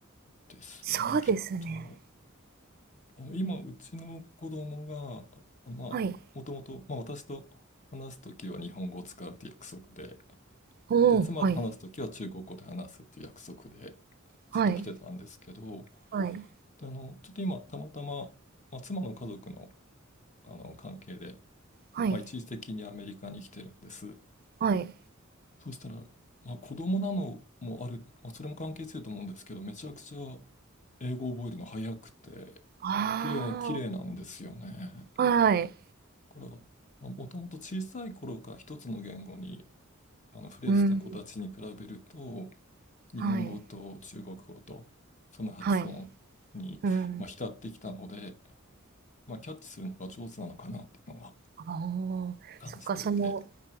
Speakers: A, on the left (about 35°); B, on the right (about 45°).
A: ですよね、
B: そうですね。
A: きっと。あの今、うちの子供が、あまあ、
B: はい。
A: もともと、まあ、私と話すときは日本語を使うって約束で、
B: おーはい。
A: で、妻と話すときは中国語で話すっていう約束で
B: はい。
A: ずっと来てたんですけど、
B: はい。
A: で、あの、ちょっと今、たまたま、まあ、妻の家族の、あの関係で、
B: はい。
A: まあ、一時的にアメリカに来てるんです。
B: はい。
A: そうしたら、まあ、子供なのもある、まあ、それも関係すると思うんですけど、めちゃくちゃ英語を覚えるの早くて、
B: あ
A: 綺麗、綺麗なんですよね。
B: あ、はい。
A: これは、まあ、もともと小さい頃から一つの言語にあの触れてた子たちに比べると、
B: うん。
A: 日本語と中国語と、
B: はい。
A: その発音に、
B: はい。うん。
A: まあ、浸ってきたので、まあ、キャッチするのが上手なのかなっていうのは
B: ああ、そっか、
A: 感じていて、
B: その、